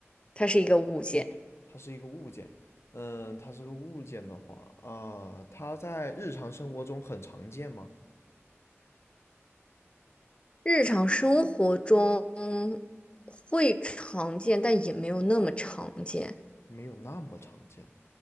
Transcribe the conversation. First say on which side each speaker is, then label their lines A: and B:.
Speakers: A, on the left; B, on the left.
A: 它是一个物件，
B: 它是一个物件。嗯，它是个物件的话，啊，它在日常生活中很常见吗？
A: 日常生活中会常见，但也没有那么常见。
B: 没有那么常见。